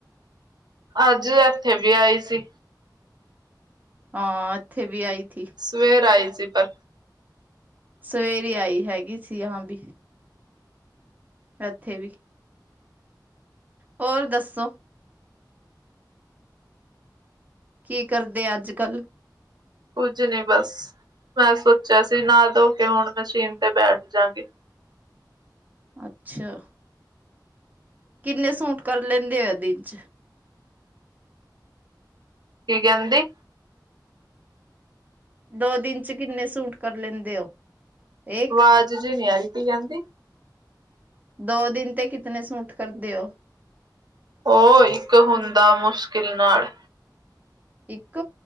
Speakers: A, on the right (about 65°); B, on the right (about 20°).
A: ਅੱਜ ਇੱਥੇ ਵੀ ਆਈ ਸੀ।
B: ਹਾਂ ਇੱਥੇ ਵੀ ਆਈ ਇੱਥੇ ਥੀ।
A: ਸਵੇਰ ਆਈ ਸੀ ਪਰ
B: ਸਵੇਰੇ ਆਈ ਹੈਗੀ ਸੀ ਯਹਾਂ ਬੀ। ਇੱਥੇ ਵੀ। ਹੋਰ ਦੱਸੋ? ਕੀ ਕਰਦੇ ਆ ਅੱਜ-ਕੱਲ੍ਹ?
A: ਕੁੱਝ ਨੀ ਬਸ। ਮੈਂ ਸੋਚਿਆ ਸੀ ਨਾ ਧੋ ਕੇ ਹੁਣ ਮਸ਼ੀਨ ਤੇ ਬੈਠ ਜਾਗੇ।
B: ਅੱਛਾ। ਕਿੰਨੇ ਸੂਟ ਕਰ ਲੈਂਦੇ ਆ ਦਿਨ ਚ?
A: ਕੀ ਕਹਿੰਦੇ?
B: ਦੋ ਦਿਨ ਚ ਕਿੰਨੇ ਸੂਟ ਕਰ ਲੈਂਦੇ ਹੋ? ਇੱਕ
A: ਵਾਜ਼ ਜੀ ਨੀ ਆਰੀ ਕੀ ਕੈਂਦੀ।
B: ਦੋ ਦਿਨ ਤੇ ਕਿਤਨੇ ਸੂਟ ਕਰਦੇ ਓ।
A: ਓ ਇੱਕ ਹੁੰਦਾ ਮੁਸ਼ਕਿਲ ਨਾਲ।
B: ਇੱਕ